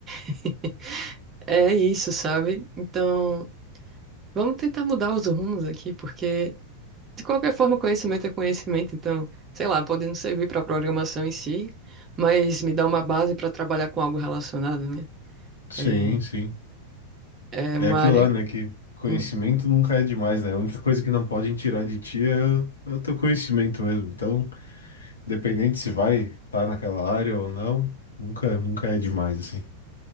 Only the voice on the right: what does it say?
<laughs> é isso, sabe? Então, vamos tentar mudar os rumos aqui, porque de qualquer forma, conhecimento é conhecimento. Então, sei lá, pode não servir pra programação em si, mas me dá uma base pra trabalhar com algo relacionado, né?
É,
é
uma
área.
hum,